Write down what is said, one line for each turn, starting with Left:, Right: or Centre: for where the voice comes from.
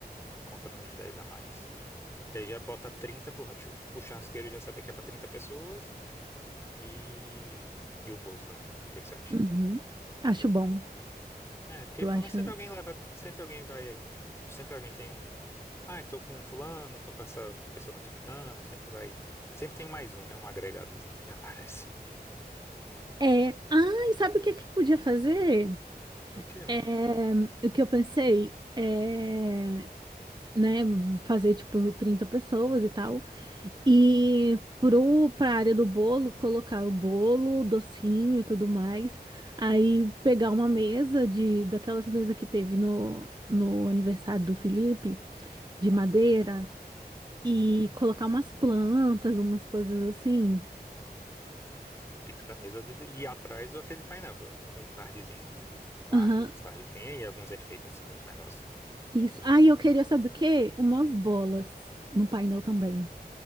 Left: contando uns 10 a mais. Que aí já bota 30 pro, chu- pro churrasqueiro já saber que é pra 30 pessoas. E, e o bolo também. O que que você acha?
Right: Uhum. Acho bom.
Left: É, porque
Right: Eu
Left: pelo
Right: acho.
Left: menos sempre alguém leva, sempre alguém vai, tipo, sempre alguém tem um, ai, tô com fulano, tô com essa pessoa que eu tô ficando, sempre vai, sempre tem mais um, né, um agregadozinho que <laughs> aparece.
Right: É. Ah, e sabe o que que podia fazer?
Left: É o quê?
Right: É, o que eu pensei? é né, fazer tipo 30 pessoas e tal. E pro pra área do bolo, colocar o bolo, docinho e tudo mais. Aí pegar uma mesa de daquelas mesas que teve no no aniversário do Felipe, de
Left: Ah,
Right: madeira e
Left: ah.
Right: colocar umas plantas, umas coisas assim.
Left: Fica da mesa de, e atrás aquele painel com, com tardezinha, com
Right: Aham.
Left: artes dos tardezinha e alguns efeitos, assim, uns negócios.
Right: Isso. Ah, e eu queria saber o quê? Umas bolas no painel também.